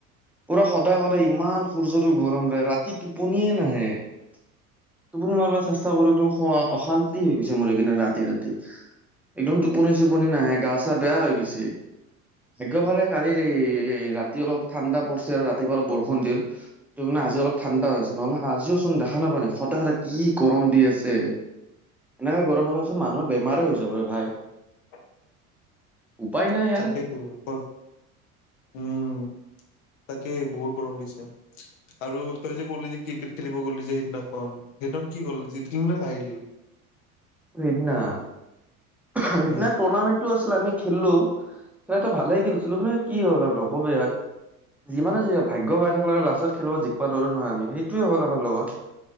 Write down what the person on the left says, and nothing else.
<inaudible>
তাকেইেতো খৰ উম। তাকে বহুত গৰম দিছে। আৰু তই যে কলি যে ক্ৰিকেট খেলিব গ'লি যে সিদিনাখন সেইদিনাখন কি হ'ল জিতকিল না হাৰিলি। <inaudible>
উম